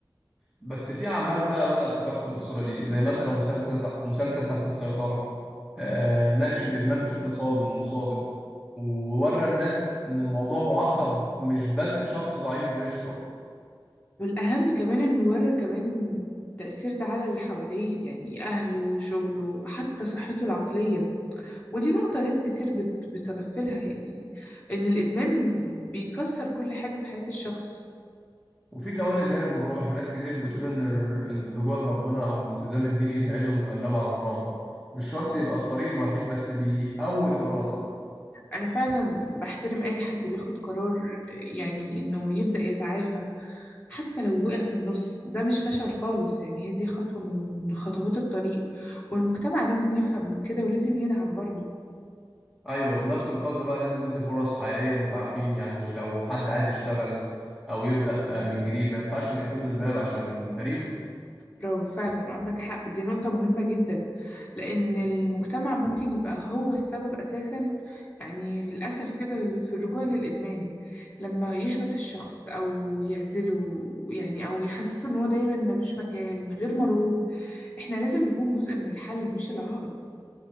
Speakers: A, in the centre; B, on the left.
A: بس في اعمال بقى بدأت تكسر الصورة دي زي مثلا مسلسل مسلسل تحت السيطرة آه ناقش الإدمان بشكل صادم وصادق وورى الناس إن الموضوع معقد مش بس شخص ضعيف بيشرب
B: والأهم كمان إنه ورى كمان التأثير ده على اللي حواليه يعني أهله شغله حتى صحته العقلية ودي نقطة ناس كتير بت- بتغفلها يعني إن الإدمان بيكسر كل حاجة في حياة الشخص
A: وفي كمان الجانب الروحي ناس كتير بتقول إن الر- إن الرجوع لربنا أو الالتزام الديني يساعدهم يتغلبوا على الرغبة مش شرط يبقى الطريق الوحيد بس بيقوي الإرادة
B: أنا فعلا بحترم أي حد بياخد قرار يعني إنه يبدأ يتعافى حتى لو وقع في النص ده مش فشل خالص يعني هي دي خطوة من خطوات الطريق والمجتمع لازم يفهم من كده ولازم يدعم برضه
A: ايوه بنفس القدر بقى لازم ندي فرص حقيقيه للمتعافين يعني لو حد عايز يشتغل او يبدا آه، من جديد ما ينفعش نقفل له الباب عشان تاريخه
B: برافو فعلا عندك حق دي نقطة مهمة جدا لأن المجتمع ممكن يبقى هو السبب أساسا يعني للأسف كده في الرجوع للإدمان لما يحبط الشخص أو يعزله يعني أو يحسسه إن هو دايما ملوش مكان غير مرغوب إحنا لازم نكون جزء من الحل مش العائق